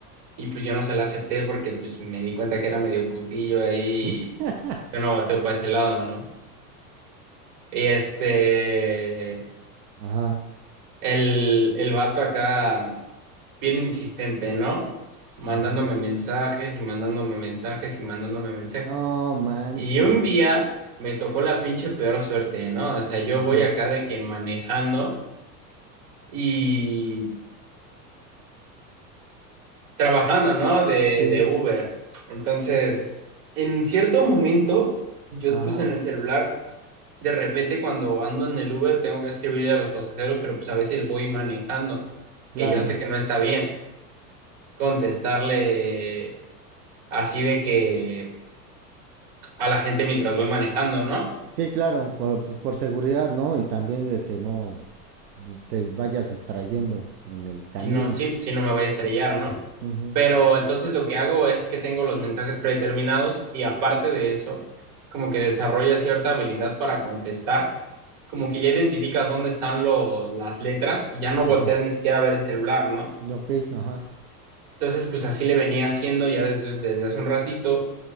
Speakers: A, on the right (about 55°); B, on the right (about 85°).
A: y pues yo no se la acepté porque pues me di cuenta que era medio putillo ahí
B: <laughs>
A: y yo no bateo para ese lado, ¿no? Y este,
B: Ajá.
A: el, el vato acá, bien insistente, ¿no? Mandándome
B: Ujú.
A: mensajes y mandándome mensajes y mandándome mensajes.
B: No manches.
A: Y un día me tocó la pinche peor suerte, ¿no? O sea, yo
B: Ujú.
A: voy acá de que manejando y trabajando, ¿no? De,
B: Sí,
A: de Uber. Entonces, en cierto momento, yo
B: ajá,
A: pues en el celular, de repente cuando ando en el Uber, tengo que escribirle a los pasajeros, pero pues a veces voy manejando,
B: claro.
A: que yo sé que no está bien contestarle así de que a la gente mientras voy manejando, ¿no?
B: Sí, claro, por, pues por seguridad, ¿no? Y también de que no te vayas distrayendo en el camino.
A: y no, sí, sí, no me voy a estrellar, ¿no?
B: Ujú,
A: Pero entonces lo que hago es que tengo los mensajes predeterminados y aparte de eso, como que desarrolla cierta habilidad para contestar, como que ya identificas dónde están los, las letras y ya no volteas
B: ujú.
A: ni siquiera a ver el celular, ¿no?
B: Ok, ajá.
A: Entonces, pues así le venía haciendo ya desde, desde hace un ratito